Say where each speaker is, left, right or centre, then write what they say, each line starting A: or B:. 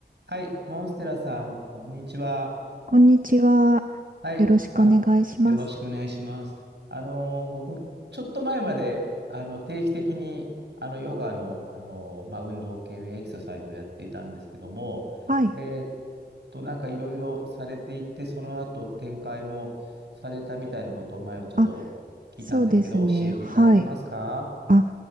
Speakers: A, on the right (about 75°); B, on the right (about 50°).
A: はい、モンステラさん、こんにちは。
B: こんにちは。
A: はい、
B: よろしくお願いします。
A: あ、よろしくお願いします。あのー僕、ちょっと前まで、あの、定期的に、あの、ヨガの、あのーまあ、運動系のエクササイズをやっていたんですけども、
B: はい。
A: えーっと、なんかいろいろされていて、その後展開もされたみたいなことを前をちょっと聞いたんですけど、
B: あ、そうですね。
A: 教えていただけますか
B: はい。あ、